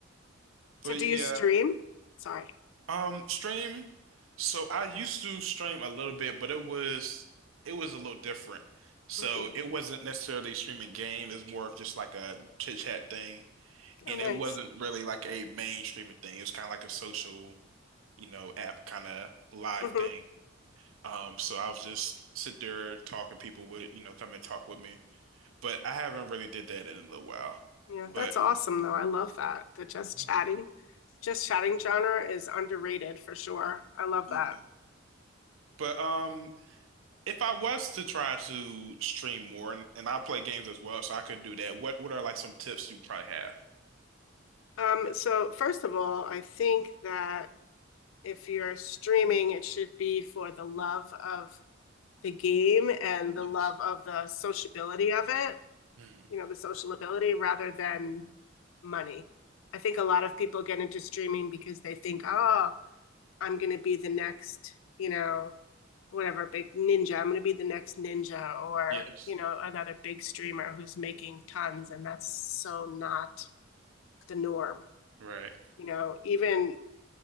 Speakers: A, on the left; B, on the right.
A: So
B: But
A: do
B: yeah,
A: you stream? Sorry.
B: um, stream. So I used to stream a little bit, but it was it was a little different. So
A: hmm
B: it wasn't necessarily streaming game. It was more of just like a chit chat thing,
A: Oh,
B: and
A: nice.
B: it wasn't really like a main streaming thing. It was kind of like a social. you know, app kind of live
A: hmm
B: thing. Um, so I'll just sit there talking people would, you know, come and talk with me. But I haven't really did that in a little while.
A: Yeah,
B: But
A: that's awesome though. I love that. The just
B: Mhm.
A: chatting, just chatting genre is underrated for sure. I love
B: yeah.
A: that.
B: But um if I was to try to stream more and, and I play games as well, so I could do that, what what are like some tips you probably have?
A: Um, so first of all, I think that if you're streaming, it should be for the love of the game and the
B: Yes.
A: love of the sociability of it,
B: Mhm.
A: you know, the social ability rather than money. I think a lot of people get into streaming because they think, oh, I'm going to be the next, you know, whatever big ninja. I'm going to be the next ninja or,
B: Yes.
A: you know, another big streamer who's making tons. And that's so not the norm.
B: Right.
A: You know, even